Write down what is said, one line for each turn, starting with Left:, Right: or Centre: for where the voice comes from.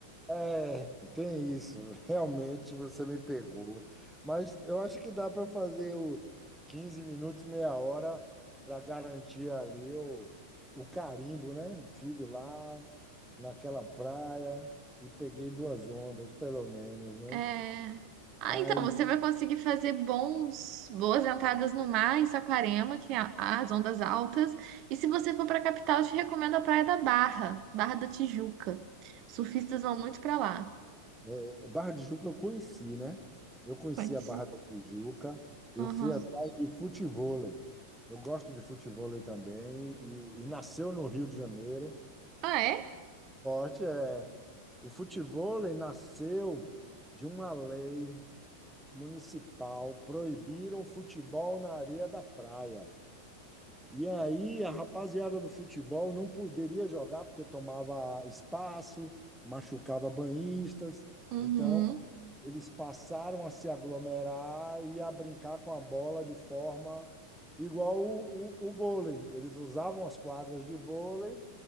Centre: É, tem isso. <laughs> Realmente você me pegou. Mas eu acho que dá para fazer o 15 minutos, meia hora, para garantir ali o, o carimbo, né? Tive lá naquela praia e peguei duas ondas, pelo menos, né?
Right: É... Ah,
Centre: Mas
Right: então, você vai conseguir fazer bons, boas entradas no mar em Saquarema, que tem a- as ondas altas. E se você for para a capital, eu te recomendo a Praia da Barra, Barra da Tijuca. Surfistas vão muito para lá.
Centre: é, Barra de Juca eu conheci, né? Eu conheci
Right: Pode
Centre: a Barra
Right: ser.
Centre: da Tijuca, eu
Right: Aham.
Centre: fui atrás de futevôlei. Eu gosto de futevôlei também e, e nasceu no Rio de Janeiro.
Right: Ah, é?
Centre: Esporte é. O futevôlei nasceu de uma lei municipal, proibiram o futebol na areia da praia. E aí a rapaziada do futebol não poderia jogar porque tomava espaço, machucava banhistas.
Right: Uhum.
Centre: Então, eles passaram a se aglomerar e a brincar com a bola de forma igual o, o, o vôlei. Eles usavam as quadras de vôlei